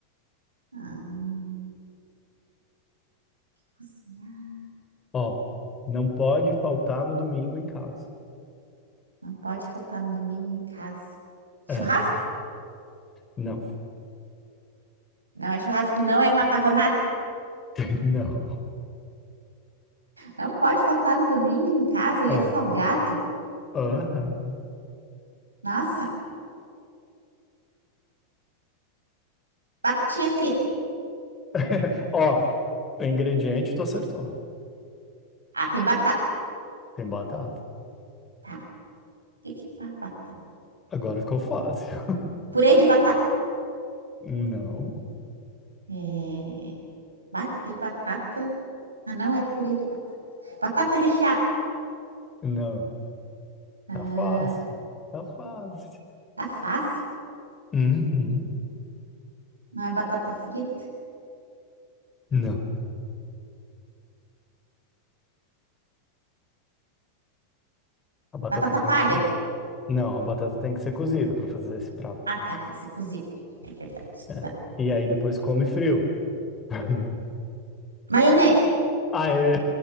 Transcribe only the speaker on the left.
Ó, não pode faltar no domingo em casa.
É, não.
<laughs> Não.
É,
aham.
<laughs> Ó, o ingrediente tu acertou.
Tem batata.
Agora ficou fácil.
Não.
Não,
tá fácil, tá fácil.
Uhum.
Não, a batata
tem
que, não, a batata tem que ser cozida para fazer esse prato.
É.
E aí depois come frio. <laughs>
Aê,